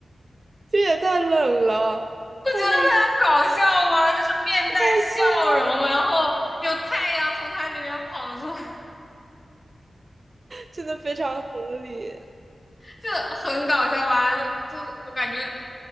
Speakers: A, on the right; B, on the left.
A: 这也太冷了，
B: 不觉得非常搞笑吗？
A: 好好笑，
B: 就是面带笑容，
A: 好笑啊！
B: 然后有太阳从它里面跑出来，
A: 真的非常合理，
B: 就很搞笑吧？就就我感觉